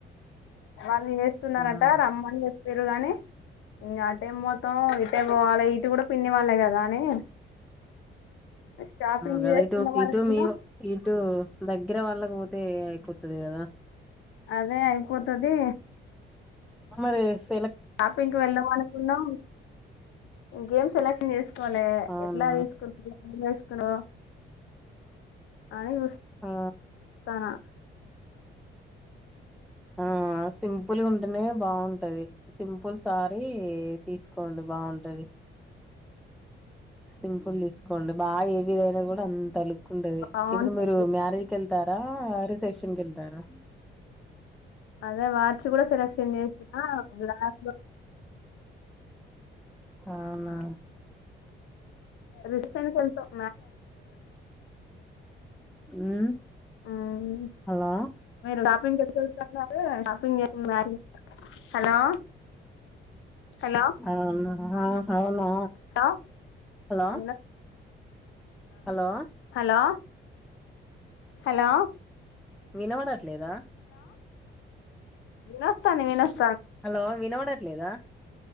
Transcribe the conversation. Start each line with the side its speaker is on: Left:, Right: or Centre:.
Left: వాళ్ళు చేస్తున్నారంట
Centre: అవునా
Left: రమ్మన్ జెప్. పిర్రుగాని ఇంగాటైం మొత్తం అట్టే పోవాలే ఇటు కూడా పిన్ని వాళ్ళే కదా అని షాపింగ్
Centre: గదైతే
Left: చేసుకుందాం
Centre: ఓకె
Left: అనుకున్నాం
Centre: ఇటు ఇటు దగ్గర వాళ్ళకి పో తే కుత్తదే కదా
Left: అదే అయిపోతది
Centre: అమరేష్
Left: షాపింగ్కి వెళ్దాం అనుకున్నాం గేమ్ సెలెక్షన్ చేసుకోవాలే
Centre: అవునా
Left: ఎట్లా తీసుకున్నా ఉర్రేస్కొని అనిస్తనా
Centre: ఆ ఆ సింపుల్ ఉంటేనే బాగుంటది సింపుల్ సారీ తీసుకోండి బాగుంటది. సింపుల్ తీసుకోండి బాగా ఏ విధయినా కూడా అంత లుక్ ఉంటది
Left: బాగుంటది
Centre: ఇప్పుడు మీరు మ్యారేజ్కి ఎళ్తారా ఆ రిసెప్షన్ కెల్తారా
Left: అదే మార్చి కూడా సెలెక్షన్ చేసిన బా
Centre: అవునా
Left: రిష్ <unintelligible>
Centre: ఉమ్
Left: <unintelligible>
Centre: హలో
Left: షాపింగ్ <unintelligible> హలో హలో
Centre: అవునా ఆ అవునా
Left: హలో
Centre: హలో
Left: వినొస్తుందా
Centre: హలో
Left: హలో హలో
Centre: వినవడట్ లేదా
Left: వినొస్తాన్ది వినొస్
Centre: హలో వినవడట్లేదా